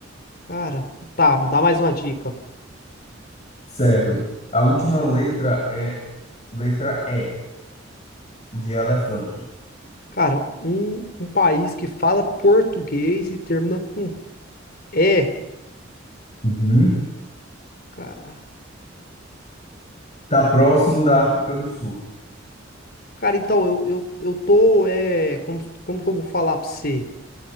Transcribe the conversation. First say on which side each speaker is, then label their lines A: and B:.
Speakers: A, on the left; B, on the left.
A: Cara, tá, me dá mais uma dica.
B: Certo. A última letra é letra E, de elefante.
A: Cara, um, um país que fala português e termina com é,
B: Uhum.
A: cara.
B: Tá próximo da África do Sul.
A: Cara, então, eu, eu, eu tô, é, como, como que eu vou falar pra você?